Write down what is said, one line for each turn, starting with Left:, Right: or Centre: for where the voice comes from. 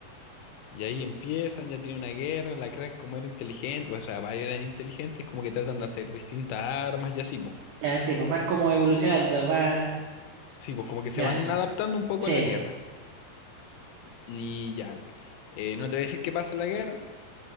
Left: Y ahí empiezan, ya tienen una guerra, la Clark como era inteligente, o sea, varios eran inteligentes, como que tratan de hacer distintas armas y así, po.
Right: Ya, sí, pues van como evolucionando, va.
Left: Sí, pues como que se
Right: Ya,
Left: van adaptando un poco
Right: sí,
Left: a la Tierra. Y ya, eh, no te voy a decir qué pasa en la guerra.